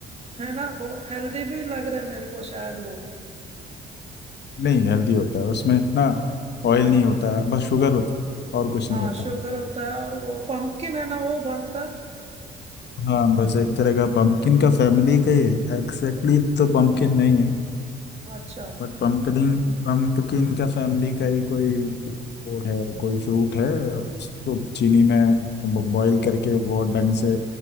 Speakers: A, on the right (about 30°); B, on the left (about 60°).
A: है ना वो हेल्दी भी लग रहा है मेरे को शायद वो
B: नहीं हेल्दी होता है उसमें ना ऑयल
A: हाँ
B: नहीं होता है बस शुगर होता है और कुछ
A: हाँ
B: नहीं होता
A: शुगर होता है और वो पंपकिन है ना वो बनता है
B: हाँ बस एक तरह का पंपकिन का फैमिली का ही है एग्जैक्टली तो पंपकिन नहीं है
A: अच्छा
B: बट पंपकिन पंपकिन का फैमिली का ही कोई वो है कोई फ्रूट है उसको चीनी में बॉईल
A: हम्म
B: करके बहुत ढंग से